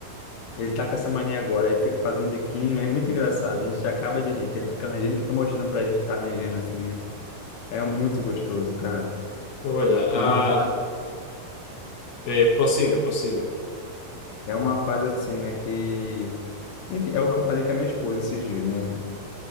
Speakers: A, on the left; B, on the left.
A: Ele tá com essa mania agora, ele fica fazendo biquinho, é muito engraçado. A gente acaba de rir, que ele fica arranjando e fica mostrando pra gente que tá arranjando assim, né? É muito gostoso, cara.
B: Olha, ah,
A: É uma fase,
B: é, prossiga, prossiga.
A: é uma fase assim, né, que enfim, é o que eu falei com a minha esposa esses dias, né?